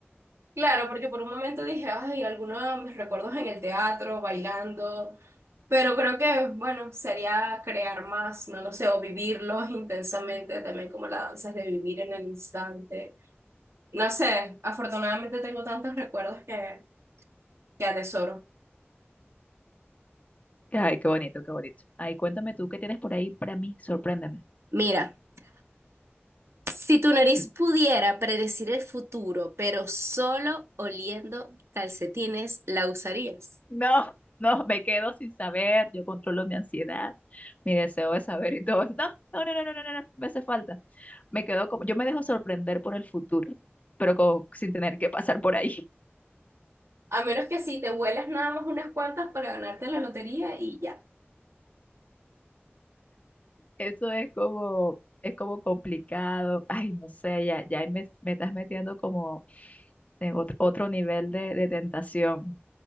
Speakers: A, on the right; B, on the left.
A: claro, porque por un momento dije, ay, algunos de mis recuerdos en el teatro, bailando, pero creo que, bueno, sería crear más, no lo sé, o vivirlos intensamente, también como la danza es de vivir en el instante. No sé, afortunadamente tengo tantos recuerdos que, que atesoro.
B: Ay, qué bonito, qué bonito. Ay, cuéntame tú, ¿qué tienes por ahí para mí? Sorpréndeme.
A: Mira, si tu nariz
B: <clears throat>
A: pudiera predecir el futuro, pero solo oliendo calcetines, ¿la usarías?
B: No, no, me quedo sin saber, yo controlo mi ansiedad, mi deseo de saber y todo. No, no, no, no, no, no, no, me hace falta. Me quedo como, yo me dejo sorprender por el futuro, pero con- sin tener que pasar por ahí.
A: <laughs> A menos que sí, te huelas nada más unas cuantas para ganarte la lotería y ya.
B: <laughs> Eso es como, es como complicado. Ay, no sé, ya, ya ahí me, me estás metiendo como en otro, otro nivel de, de tentación.